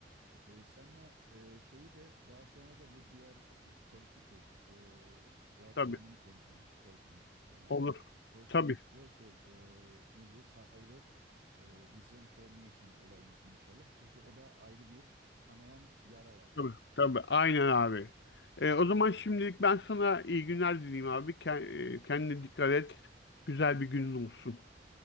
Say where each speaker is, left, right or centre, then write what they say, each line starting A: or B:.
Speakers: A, on the right; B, on the left.
A: e, senle e, şeyi de daha sonra da bu diğer e, political e, versiyonunu
B: Tabii.
A: konuşalım stalking'in yani
B: Olur.
A: stalking
B: Tabii.
A: ve şey e, ne diyor cyber e, disinformation olayını konuşalım. Çünkü o da ayrı bir kanayan yara yani.
B: Tabii. Tabii. Aynen abi. Ee, o zaman şimdilik ben sana iyi günler dileyim abi. Ke- e, Kendine dikkat et. Güzel bir günün olsun.